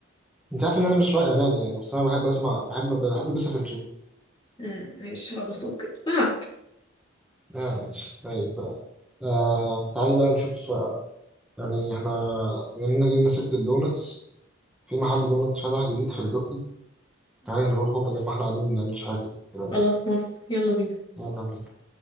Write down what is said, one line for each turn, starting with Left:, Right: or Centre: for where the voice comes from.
Centre: أنت عارف إن أنا مش رأي أغاني يعني بس أنا بحب أسمع بحب بحب ألبسها في الجيم
Left: مم، ماشي خلاص اوكي مات
Centre: آه ماشي طيب بقى. آه تعالي بقى نشوف يعني احنا بما اننا جبنا سيرة الدونتس في محل دونتس فتح جديد في الدقي تعالي نروحه بدل ما احنا قاعدين ما بنعملش حاجة كده ايه رأيك
Left: خلاص موافقة يلا بينا
Centre: يلا بينا